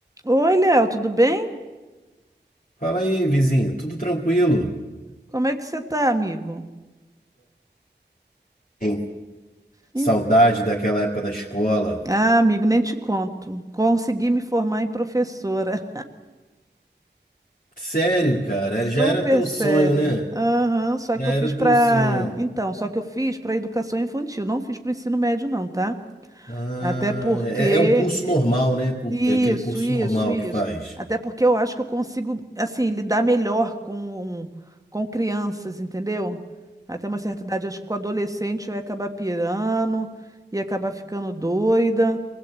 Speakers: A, on the right (about 20°); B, on the left (about 45°).
A: Oi, Léo, tudo bem?
B: Fala aí, vizinho, tudo tranquilo?
A: Como é que você tá, amigo?
B: Também. Saudade
A: Em-
B: daquela época da escola.
A: Ah, amigo, nem te conto. Consegui me formar em professora.
B: Sério,
A: <laughs>
B: cara,
A: Super
B: era- já era teu
A: sério.
B: sonho, né?
A: Aham, só
B: Já
A: que
B: era
A: eu fiz para,
B: teu sonho.
A: então, só que eu fiz para educação infantil, não fiz para o ensino médio não, tá?
B: Ah,
A: Até porque
B: é, é um curso normal, né? Cur-
A: Isso,
B: é aquele curso
A: isso,
B: normal
A: isso.
B: que faz.
A: Até porque eu acho que eu consigo, assim, lidar melhor com, com crianças, entendeu? Até uma certa idade, acho que com adolescente eu ia acabar pirando, ia acabar ficando doida.